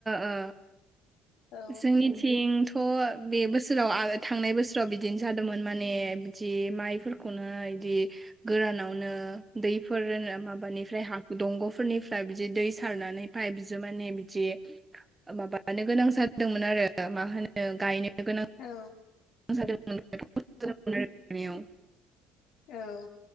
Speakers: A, on the right (about 15°); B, on the left (about 70°).
A: ओ
B: औ
A: जोंनिथिं थ' बे बोसोराव थांनाय बोसोराव बिदिनो जादोंमोन। माने बिदि माइफोरखौ खना इदि गोरानावनो दैफोर माबानिफ्राय हा दंग'फोरनिफ्राय बिदि दै सारनानै ओमफाय बिजो माने बिदि माबानो गोनां जादों जादोंमोन आरो मा होनो गायनो गोनां
B: औ।
A: <unintelligible>
B: औ